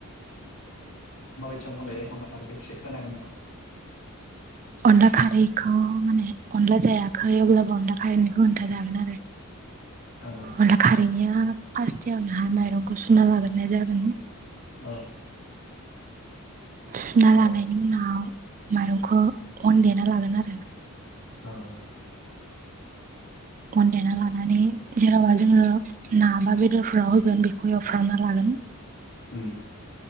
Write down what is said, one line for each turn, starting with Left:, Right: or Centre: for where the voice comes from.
Left: <unintelligible> अनलाखारैखौ इसेखिनथानो हागोन नामा
Right: अनला खारैखौ माने अनला जायाखै अब्लाबो अनला खारैनिखौ खोनथा जागोन आरो
Left: औ
Right: अनला खारैनिया फार्स खाथियावनोहाय माइरंखौ सुना लाग्रो नांगोन
Left: औ
Right: सुना
Left: औ
Right: लानायनि उनाव माइरंखौ अन देना लागोन आरो
Left: औ -औ
Right: अन देना लानानै जेनवबा जोङो ना बा बेदरफोराव होगोन बेखौ एवफ्रामना लागोन
Left: उम